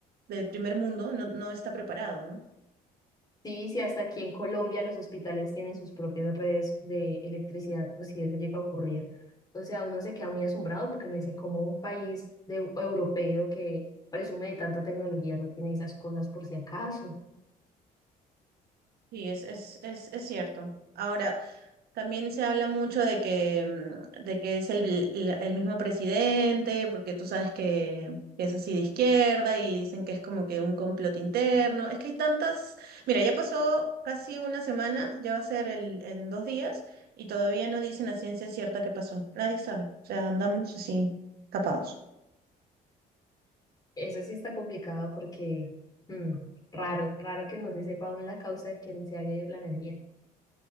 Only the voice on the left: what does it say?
Sí, sí, hasta aquí en Colombia los hospitales tienen sus propias redes de electricidad por si eso llega a ocurrir. O sea, uno se queda muy asombrado porque uno dice, como un país de, europeo que presume de tanta tecnología no tiene esas cosas por si acaso?
Eso sí está complicado porque mm, raro, raro que no se sepa aún la causa de que no se haya ido la energía.